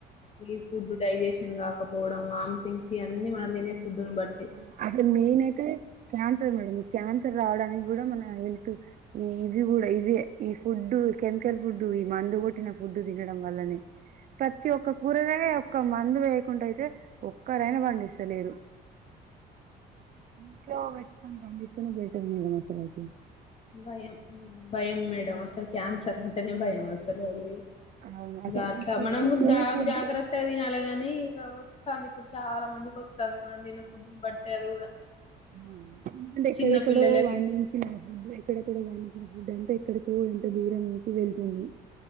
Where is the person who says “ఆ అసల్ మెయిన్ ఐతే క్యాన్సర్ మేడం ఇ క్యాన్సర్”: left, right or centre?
Right